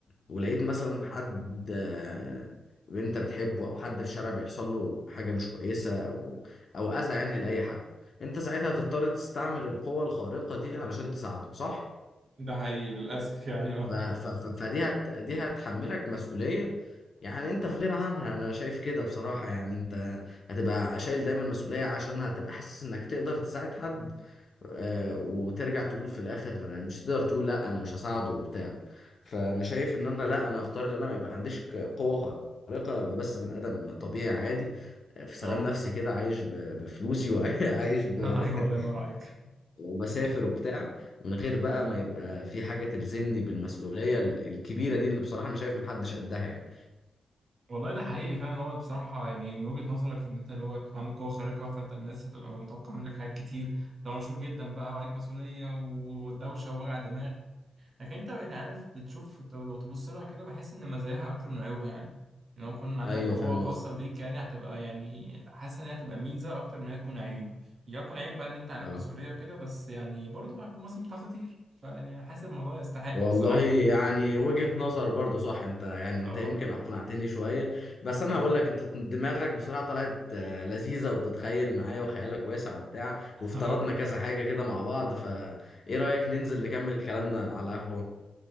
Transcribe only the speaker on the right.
ده حقيقي للاسف يعني اه
اه
<laughs> ايوه الله ينور عليك
اه
والله ده حقيقي فعلا هو بصراحة يعني من وجهة نظرك إن أنت اللي هو يكون عندك قوة خارقة فأنت الناس هتبقى متوقعة منك حاجات كتير لو مشهور جدا بقى وعليك مسؤولية ودوشة ووجع دماغ لكن انت يعني عارف بتشوف لو لو تبص لها كده بحس ان مزاياها اكتر من عيوبها يعني ان لو كان عندك
قوة
خاصة
بيك يعني هتبقى يعني حاسس ان هي هتبقى ميزة اكتر من هي تكون عيب يكون عيب بقى ان انت عليك
مسؤولية وكده بس يعني برضه هتكون مثلا بتعرف تطير فيعني أنا حاسس الموضوع يستحق
بصراحة
اه
اه
<laughs>
اه